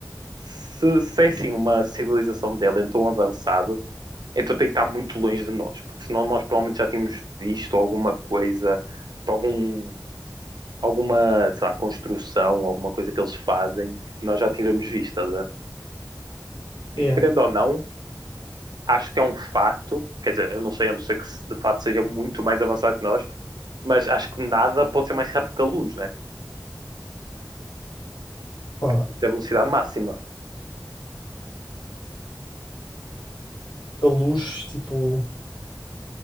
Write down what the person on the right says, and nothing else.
se, se é assim uma civilização modelo em tão avançado, então tem que estar muito longe de nós, porque senão nós provavelmente já tínhamos visto alguma coisa, tipo, algum, alguma, sei lá, construção, alguma coisa que eles fazem, que nós já tínhamos visto, estás a ver?
E querendo ou não, acho que é um fato, quer dizer, eu não sei, a não ser que de fato seja muito mais avançado que nós, mas acho que nada pode ser mais rápido que a luz, né?
Isso é a velocidade máxima.